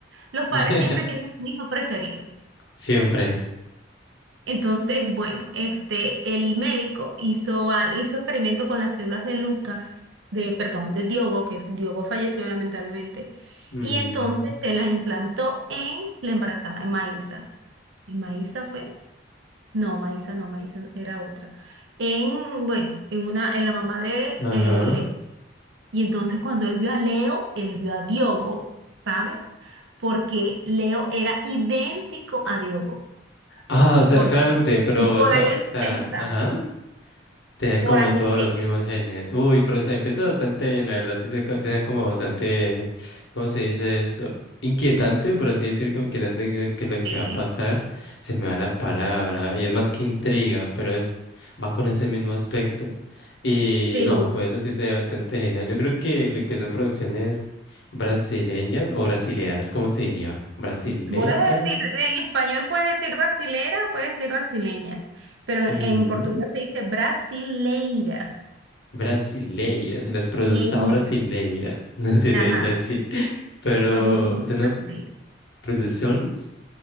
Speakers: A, on the right (about 75°); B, on the left (about 70°).
A: Los padres
B: <laughs>
A: siempre tienen un hijo preferido.
B: Siempre.
A: Entonces, bueno, este, el médico hizo, al- hizo experimento con las células de Lucas, de, perdón, de Diogo, que Diogo falleció lamentablemente,
B: Mm,
A: y entonces se las implantó en la embarazada, en Maísa. ¿En Maísa fue? No, Maisa, no, Maisa era otra. En, bueno, en una, en la mamá de
B: Ajá.
A: eh, Leo. Y entonces cuando él vio a Leo, él vio a Diogo, ¿sabes? Porque Leo era idéntico a Diogo.
B: Ah, o sea,
A: Por,
B: claramente, pero,
A: y por
B: o sea,
A: ahí empieza,
B: ta- ajá. Tenía
A: por
B: como
A: ahí
B: todos
A: empieza.
B: los mismos genes. Uy, pero se empezó bastante bien, la verdad. Sí, se co- se era como bastante, ¿cómo se dice esto? Inquietante, por así decir, como inquietante que, que lo que
A: Sí,
B: va a pasar. Se me va la palabra. Y es más que intriga, pero es, va con ese mismo aspecto. Y
A: sí.
B: no, pues eso sí se ve bastante genial. Yo creo que lo que son producciones brasileñas o brasileras, ¿cómo se diría? Brasileras.
A: Puedes decir, en español puedes decir brasilera, puedes decir brasileñas, pero
B: Ujú.
A: en portugués se dice brasileiras.
B: Brasileiras, las produzao
A: Brasileiras.
B: brasileiras, <laughs> no si
A: Ajá.
B: se dice así. Pero
A: Produções
B: son
A: brasileiras.
B: producciones,